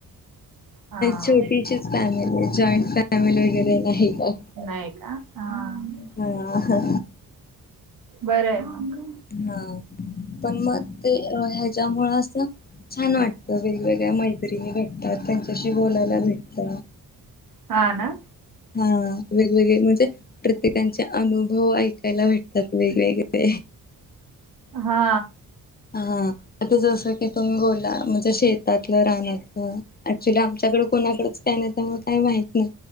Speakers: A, on the right; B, on the left.
A: हा
B: छोटीशीच फॅमिली जॉईंट फॅमिली वगैरे नाही का.
A: नाही हा.
B: हा.
A: बरं आहे. मग
B: हा पण मग ते ह्याच्यामु अस छान वाटतं वेगवेगळ्या मैत्रिणी भेटतात त्यांच्याशी बोलायला भेटत.
A: हा ना.
B: हम. वेगवेगळे म्हणजे प्रत्येकांचे अनुभव ऐकायला भेटतात वेगवेगळे
A: हा.
B: हा आता जसं की तुम्ही गोला म्हणजे शेतातलं रानातलं. क्च्युली आमच्याकडे कोणाकडेच काय नाही त्यामुळे काही माहत नाही.